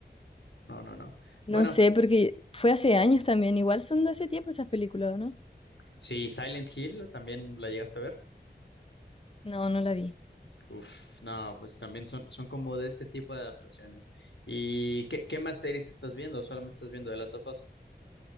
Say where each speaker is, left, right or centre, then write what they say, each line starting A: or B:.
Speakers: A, on the left; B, on the left.
A: no, no, no.
B: no
A: Bueno,
B: sé, porque fue hace años también, igual son de hace tiempo esas películas, ¿o ¿no?
A: sí, Silent Hill también la llegaste a ver.
B: No, no la vi.
A: Uf, no, pues también son, son como de este tipo de adaptaciones. ¿Y qué, qué más series estás viendo? ¿O ¿Solamente estás viendo The Last of Us?